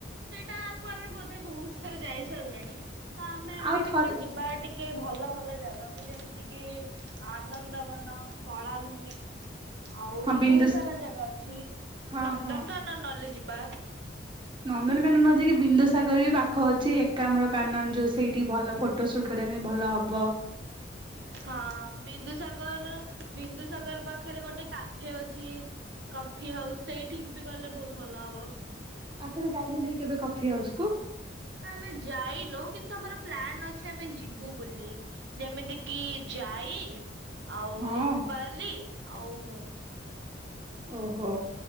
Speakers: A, on the right; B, on the right.
A: ସେଇଟାକୁ ଆମେ ବୋଧେ ବହୁତ ଥର ଯାଇ ସାରିଲାଣି। ତ ଆମେ ଏବେ
B: ଆଉ ଥରେ
A: ଟିକେ ଯିବା ଟିକେ ଭଲ ଭଲ ଜାଗାକୁ ଯେମିତି କିି ଆନନ୍ଦବନ, କଳାଭୂମି। ଆହୁରି
B: ହଁ ବିନ୍ଦୁ
A: ବହୁତ ସାରା ଜାଗା ଅଛି।
B: ହଁ
A: ନନ୍ଦନକାନନ୍
B: ହଁ
A: ନହଲେ ଯିବା। ଆ।
B: ନନ୍ଦନକାନନ ନ ଯାଇକି ବିନ୍ଦୁସାଗର ବି ପାଖ ଅଛି ଏକାମ୍ରକାନନ ଯୋଉ ସେଇଠି ଭଲ ଫଟୋ ସୁଟ କରିବା ପାଇଁ ଭଲ ହବ।
A: ହଁ ବିନ୍ଦୁସାଗର ବିନ୍ଦୁସାଗର ପାଖରେ ଗୋଟେ କାଫେ ଅଛି କଫି ହାଉସ ସେଇଠିକି ବି ଗଲେ ବହୁତ ଭଲ ହବ।
B: ଆପଣ ଯାଇଛନ୍ତି କି କେବେ କଫି ହାଉସ୍ କୁ?
A: ନା ଆମେ ଯାଇନୁ କିନ୍ତୁ ଆମର ପ୍ଲାନ ଅଛି ଆମେ ଯିବୁ ବୋଲି ଯେମିତି କିି ଯାଇ ଆଉ
B: ହଁ
A: ରୁପାଲି ହଉ ମୁଁ।
B: ଓହୋ